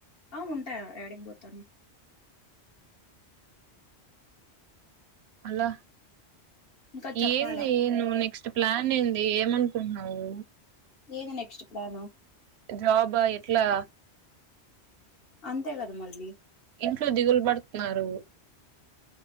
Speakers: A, on the left; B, on the right.
A: ఆ ఉంటాయా ఎడగిపోతాను
B: అలా
A: ఇంకా చెప్పాలా
B: ఏంది నువ్వు నెక్స్ట్ ప్లాన్ ఏంది ఏమనుకుంటున్నావు
A: ఏంది నెక్స్ట్ ప్లాను
B: జాబ్ ఎట్లా
A: అంతే కదా మళ్ళీ
B: ఇంట్లు దిగులు బడత్ న్నారు